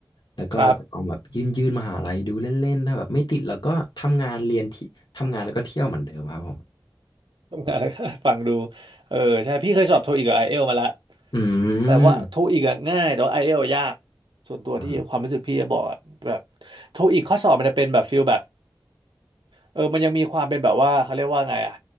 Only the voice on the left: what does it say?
แล้วก็จะลองแบบยื่นยื่นมหาลัยดูเล่นๆถ้าแบบไม่ติดแล้วก็ทำงานเรียนที่ทำงานแล้วก็เที่ยวเหมือนเดิมครับผม
อื
ม
อ่า